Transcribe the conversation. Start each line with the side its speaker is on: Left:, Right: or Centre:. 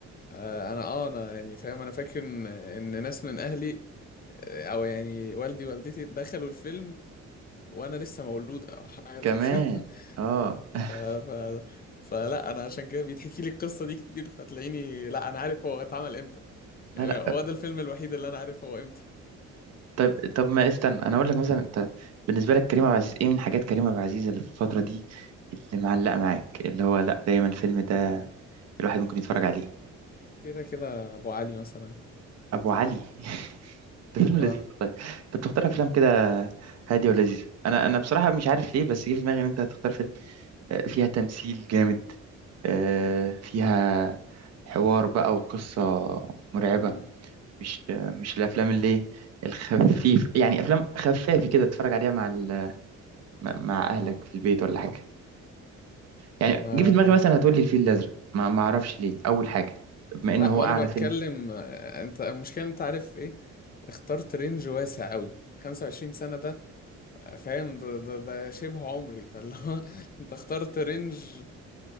Left: آه، انا اه انا يعني فاهم انا فاكر ان ان ناس من اهلي آه، او يعني والدي والدتي دخلوا الفيلم وانا لسه مولود او حاجه
Right: كمان
Left: زي كده
Right: اه
Left: <laughs>
Right: <laughs>
Left: ف ف فلا انا عشان كده بيتحكي لي القصه دي كتير فتلاقيني لا انا عارف هو اتعمل
Right: لا
Left: يعني
Right: لا
Left: هو ده الفيلم الوحيد اللي انا عارف هو امتى
Right: طب طب ما استنى انا اقول لك مثلا انت بالنسبة لك كريم عبد العزيز ايه من حاجات كريم عبد العزيز اللي في الفترة دي اللي معلقة معاك اللي هو لا دايما الفيلم
Left: آه،
Right: ده الواحد ممكن يتفرج عليه
Left: كده كده ابو علي مثلا
Right: ابو علي <laughs> ده فيلم
Left: اه
Right: لذيذ والله انت بتختار افلام كده هاديه ولذيذه انا انا بصراحه مش عارف ليه بس جه في دماغي ان انت هتختار فيلم آه، فيها تمثيل جامد آه، فيها حوار بقى وقصه مرعبه
Left: مم.
Right: مش آه، مش الافلام اللي إيه الخفيف يعني افلام خفافه كده تتفرج عليها مع ال- مع مع اهلك في البيت ولا حاجه يعني
Left: ما
Right: جه في دماغي مثلا هتقول لي الفيل الازرق ما ما اعرفش ليه اول حاجه بما انه
Left: لا
Right: هو
Left: ما
Right: اعلى
Left: انا بتكلم
Right: فيلم
Left: آه، انت المشكله انت عارف ايه اخترت رينج واسع قوي 25 سنه ده آه، فاهم ده ده, ده شبه عمري فاللي هو <laughs> انت اخترت رينج